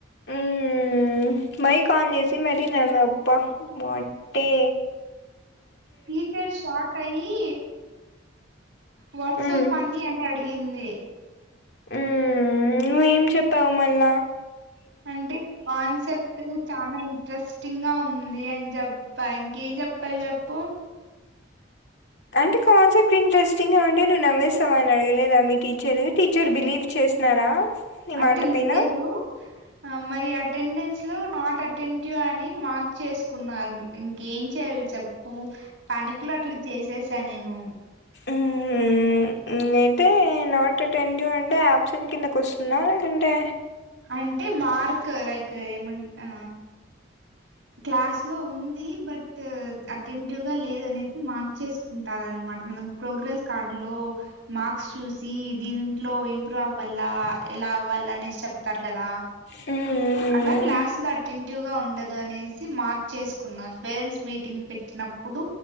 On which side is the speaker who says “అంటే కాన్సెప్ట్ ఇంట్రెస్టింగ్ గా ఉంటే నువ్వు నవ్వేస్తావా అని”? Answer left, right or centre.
Left